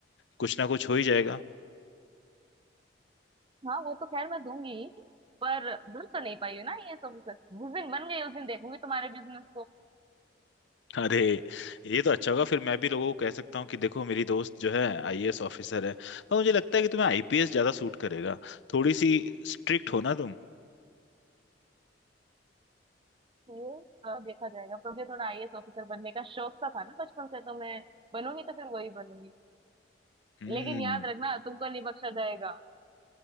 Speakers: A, on the left; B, on the right.
A: कुछ ना कुछ हो ही जाएगा
B: हाँ वो तो खैर मैं दूंगी ही, पर भूल तो नहीं पाई हो ना आईएएस ऑफिसर जिस दिन बन गई उस दिन देखूंगी तुम्हारे बिजनेस को
A: अरे ये तो अच्छा होगा फिर मैं भी लोगों को कह सकता हूँ कि देखो मेरी दोस्त जो है आईएएस ऑफिसर है और मुझे लगता है कि तुम्हें आईपीएस ज्यादा सूट करेगा थोड़ी सी स्ट्रिक्ट हो ना तुम
B: ये अ, देखा जाएगा पर मुझे थोड़ा आईएएस ऑफिसर बनने का शौक सा था ना बचपन से तो मैं बनूंगी तो फिर वही बनूंगी
A: हम्म
B: लेकिन याद रखना तुमको नहीं बख्शा जाएगा